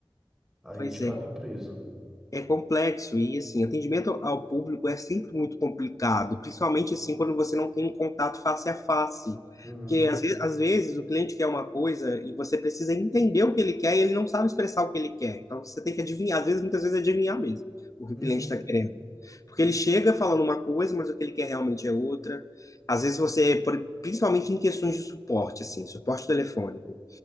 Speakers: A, in the centre; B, on the left (about 35°).
A: aí
B: Pois
A: é de cada
B: é.
A: empresa.
B: É complexo e assim, atendimento ao público é sempre muito complicado, principalmente assim quando você não tem um contato face a face.
A: Uhum,
B: Porque às ve- às vezes, o cliente quer uma coisa e você precisa entender o que ele quer e ele não sabe expressar o que ele quer. Então você tem que adivinhar, às vezes, muitas vezes adivinhar mesmo o que o
A: uhum.
B: cliente está querendo. Porque ele chega falando uma coisa, mas o que ele quer realmente é outra. Às vezes você, por- principalmente em questões de suporte, assim, suporte telefônico